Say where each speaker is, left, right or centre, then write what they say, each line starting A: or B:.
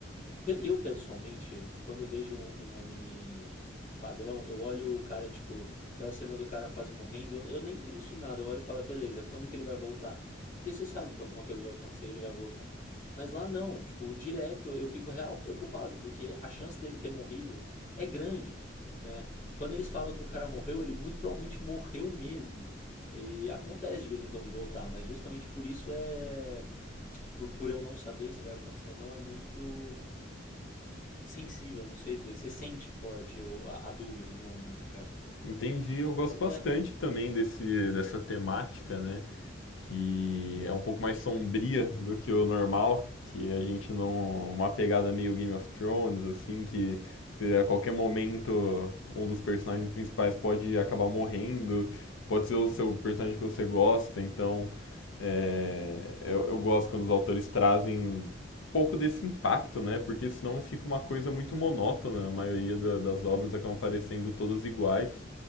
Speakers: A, on the left (about 40°); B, on the left (about 80°).
A: Eu, pessoalmente, quando vejo um, um anime padrão, eu olho o cara, tipo, aquela cena do cara quase morrendo, eu, eu nem penso em nada, eu olho e falo, "Ah, beleza, quando que ele vai voltar? Porque você sabe que alguma coisa vai acontecer e ele vai voltar. Mas lá não, tipo, direto eu fico real preocupado, porque a chance dele ter morrido é grande, né? Quando eles falam que o cara morreu, ele muito provavelmente morreu mesmo. E acontece de vez em quando de voltar, mas justamente por isso é. Por, por eu não saber se vai acontecer ou não, é muito sensível, não sei dizer. Você sente forte eu, a, a dúvida no momento, cara.
B: Entendi, eu gosto bastante
A: É.
B: também desse, dessa temática, né? Que é um pouco mais sombria do que o normal, que a gente não. Uma pegada meio Game of Thrones, assim, que se a qualquer momento um dos personagens principais pode acabar morrendo, pode ser o seu personagem que você gosta, então é, eu, eu gosto quando os autores trazem um pouco desse impacto, né? Porque senão fica uma coisa muito monótona, a maioria da- das obras acabam parecendo todas iguais